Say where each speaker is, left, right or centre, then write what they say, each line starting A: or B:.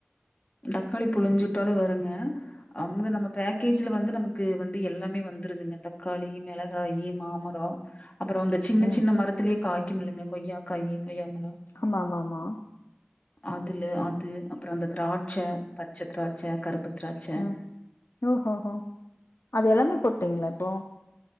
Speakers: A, on the left (about 30°); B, on the left (about 70°).
A: தக்காளி புழுஞ்சுட்டாலு வருங்க அவுங்க நம்ம பேக்கேஜ்ல வந்து நமக்கு வந்து எல்லாமே வந்துருதுங்க தக்காளி மெளகாயி மாமரோ அப்றோ இந்த சின்ன
B: ம்
A: சின்ன மரத்துலயே காய்க்குமில்லங்க கொய்யாக்காயி கொய்யா மரோ
B: ஆமா ஆமாமா
A: அதுல அது அப்றோ அந்த திராட்ச்ச பச்ச திராட்ச்ச கருப்பு திராட்சை.
B: ம் ஓஹோஹோ அது எல்லாமே போட்டீங்களா இப்போ